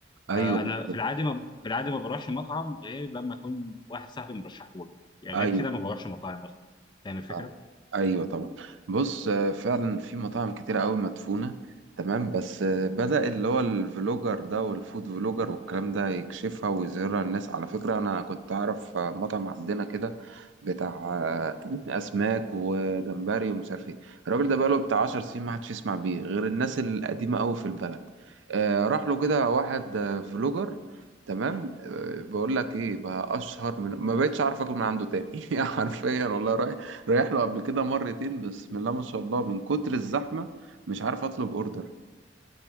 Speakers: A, on the right; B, on the left.
A: ايوه
B: آه،
A: بالظبط.
B: انا في العادي ما في العادي ما بروحش مطعم غير لما اكون واحد صاحبي مرشحه لي يعني
A: ايوه
B: غير كده ما بروحش مطاعم اصلا فاهم الفكره
A: اه ايوه طبعا بص آه، فعلا في مطاعم كتيرة قوي مدفونة تمام بس آه، بدأ اللي هو الفلوجر ده والفود فلوجر والكلام ده يكشفها ويظهرها للناس على فكرة انا كنت اعرف آه، مطعم عندنا كده بتاع آه، اسماك وجمبري ومش عارف ايه الراجل ده بقاله بتاع 10 سنين ما حدش يسمع بيه غير الناس القديمة قوي في البلد آه، راح له كده واحد آه، فلوجر تمام آه، بقول لك ايه بقى اشهر من ما بقتش عارف اكل من عنده تاني <laughs> حرفيا والله رايح رايح له قبل كده مرتين بسم الله ما شاء الله من كتر الزحمة مش عارف اطلب اوردر